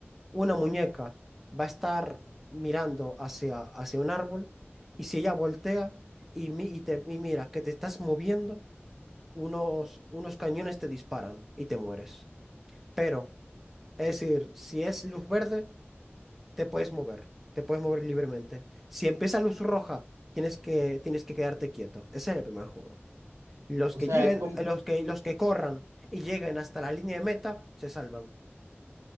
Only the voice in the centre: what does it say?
Una muñeca va a estar mirando hacia, hacia un árbol y si ella voltea y, mi- y te, y mira que te estás moviendo, unos, unos cañones te disparan y te mueres. Pero, es decir, si es luz verde, te puedes mover, te puedes mover libremente. Si empieza luz roja, tienes que, tienes que quedarte quieto. Ese es el primer juego. Los
que
lleguen,
los que, los que corran y lleguen hasta la línea de meta, se salvan.